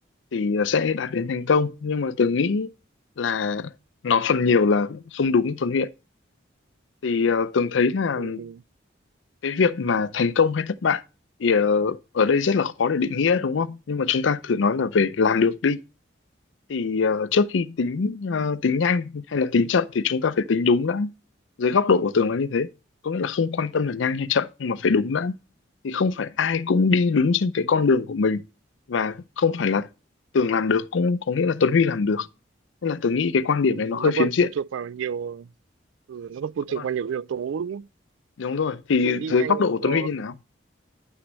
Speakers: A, on the left; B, on the right.
A: thì sẽ đạt đến thành công nhưng mà Tường nghĩ là nó phần nhiều là không đúng Tuấn Huyện thì ờ, Tường thấy là
B: Ừ.
A: cái việc mà thành công hay thất bại thì ờ, ở đây rất là khó để định nghĩa đúng không nhưng mà chúng ta thử nói là về làm được đi thì ờ, trước khi tính ờ, tính nhanh hay là tính chậm thì chúng ta phải tính đúng đã dưới góc độ của Tường là như thế có nghĩa là không quan tâm là nhanh hay chậm nhưng mà phải đúng đã thì không phải ai cũng đi đúng trên cái con đường của mình và không phải là Tường làm được cũng có nghĩa là Tuấn Huy làm được nên là Tường nghĩ cái quan điểm
B: Ừ,
A: này nó hơi
B: nó
A: phiến
B: còn
A: diện
B: phụ thuộc vào nhiều ừ, nó còn phụ
A: đúng
B: thuộc
A: không
B: vào nhiều yếu tố đúng không
A: đúng rồi thì
B: ví dụ đi
A: dưới
B: nhanh
A: góc độ của
B: ờ,
A: Tuấn Huy như nào